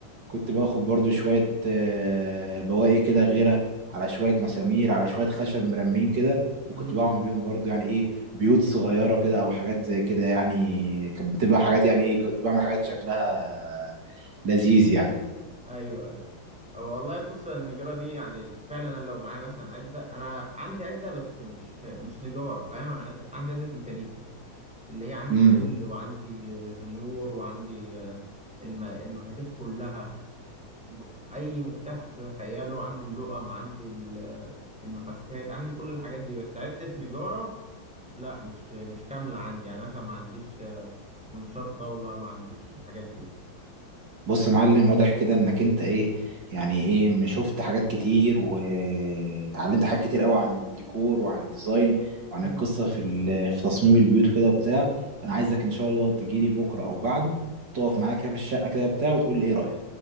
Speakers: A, on the right (about 60°); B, in the centre.
A: كنت باخد برضو شوية آه، بواقي كده غيرة على شوية مسامير على شوية خشب مرمين كده وكنت
B: امم
A: بعمل بيهم برضو يعني ايه بيوت صغيرة كده او حاجات زي كده يعني كانت بتبقى حاجات يعني ايه كنت بعمل حاجات شكلها لذيذ يعني
B: ايوه ايوه والله بص النجارة دي يعني فعلا انا لو معايا مثلا عدة انا عندي عدة بس مش مش نجارة فاهم انا عد... عندي عدة ميكانيكا اللي هي عندي
A: مم.
B: دريل وعندي جونيور وعندي آه، الم- المفاتيح كلها ب- اي مفتاح تخيله عندي اللقم عندي ال- آه، المفكات عندي كل الحاجات دي بس عدة نجارة لا مش مش كاملة عندي يعني مثلا ما عنديش آه، منشار طاولة ما عنديش الحاجات دي
A: بص يا معلم واضح كده انك انت ايه يعني ايه م- شفت حاجات كتير وتعلمت حاجات كتير قوي عن الديكور وعن الديزاين وعن
B: مم.
A: القصه في ال- في تصميم البيوت وكده وبتاع فانا عايزك ان شاء الله تجيلي بكره او بعده تقف معايا كده في الشقه كده بتاع وتقول لي ايه رايك